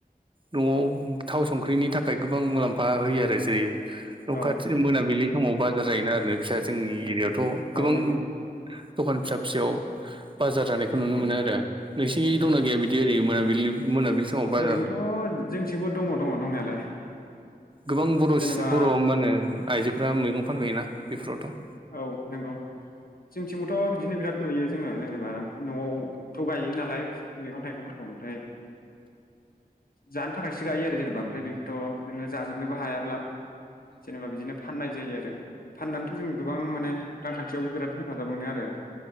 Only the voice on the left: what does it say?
औ
नंगौ
औ नंगौ
उम
ओरैनोथ' जोंसेबो दङ दङ दंनायालाय।
जेनेबा
औ नंगौ जं जोंथिंबोथ' बिदिनो बिराद नुयो। जोङो जेनेबा न'आवथ' गायो नालाय मैगं थाइगंफोरखौ ओमफ्राय जानो थाखाय सो गायो आरो जेनेबा मफ्राय बेखौथ' नोङो जाजोबनोबो हायाब्ला जेनेबा बिदिनो फाननाय जायो आरो फाननानैथ' जों गोबां माने रांखान्थियावबो बिराद हेफाजाब मोनो आरो।